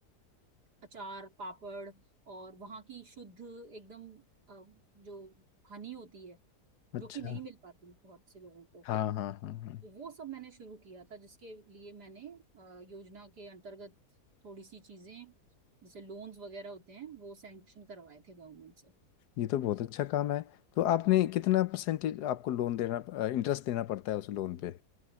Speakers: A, on the right; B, on the left.
A: अचार पापड़ और वहाँ की शुद्ध एकदम अ, जो हनी होती है
B: अच्छा
A: जो कि नहीं मिल पाती बहुत से लोगों को
B: हाँ हाँ हाँ हाँ
A: तो वो सब मैंने शुरू किया था जिसके लिए मैंने अ, योजना के अंतर्गत थोड़ी सी चीजें जैसे लोन्स वगैरह होते हैं वो सैंक्शन करवाए थे गवर्नमेंट से
B: ये तो बहुत अच्छा काम है तो आपने कितना परसेंटेज आपको लोन देना इंटरेस्ट देना पड़ता है उस लोन पे